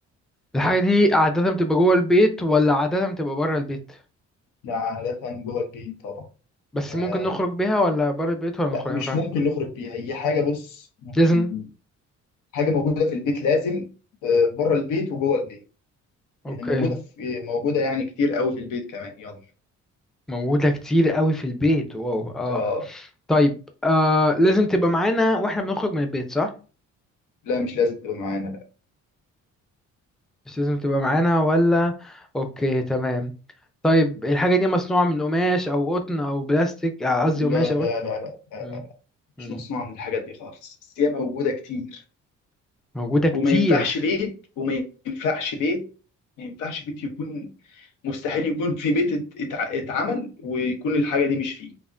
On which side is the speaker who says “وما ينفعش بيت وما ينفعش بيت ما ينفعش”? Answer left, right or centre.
Left